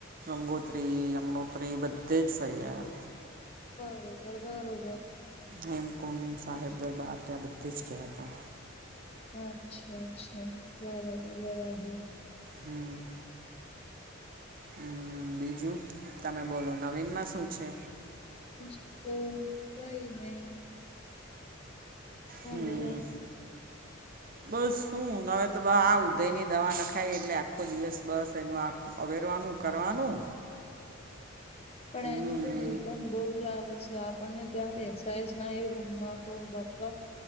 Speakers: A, on the right; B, on the left.
A: ગંગોત્રી, યમનોત્રી બધે જ ફરી આયા.
B: બરોબર, બરોબર.
A: હેમકુંડ સાહેબ દરબાર ત્યાં બધે જ ગયા તા.
B: અચ્છા અચ્છા બરાબર બરાબર.
A: હમ્મ. હમ્મ બીજું તમે બોલો નવીનમાં શું છે?
B: બીજુ તો કંઈ નહી.
A: હમ્મ.
B: બોલો.
A: બસ શું હવે તો બ આ ઉદયની દવા નખાય એટલે આખો દિવસ બસ એનું આખો અવેરવાનું કરવાનું
B: પણ
A: હમ
B: એની તો દુરકામ બહુ જ આવે છે આપણને ત્યાં બેસાયજ એ રૂમમાં તો બપ્પા.